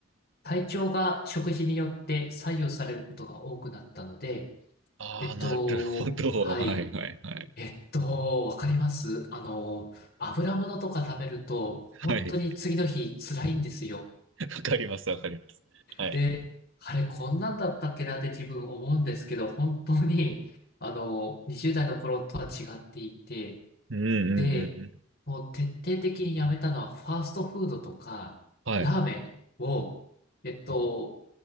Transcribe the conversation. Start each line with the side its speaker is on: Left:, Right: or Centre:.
Left: 体調が食事によって左右されることが多くなったので、
Right: ああ、
Left: えっと、
Right: なるほど。
Left: はい。
Right: <laughs> はいはいはい。
Left: えっと、わかりますあの、油物とか食べると、
Right: はい。
Left: 本当に次の日辛いんですよ。
Right: わかります、わかります。はい。
Left: で、あれ、こんなんだったっけなって自分思うんですけど、本当に、あの、20代の頃とは違っていて、
Right: うんうんうんうん。
Left: で、もう徹底的にやめたのは、ファーストフードとか、
Right: はい。
Left: ラーメンを、えっと、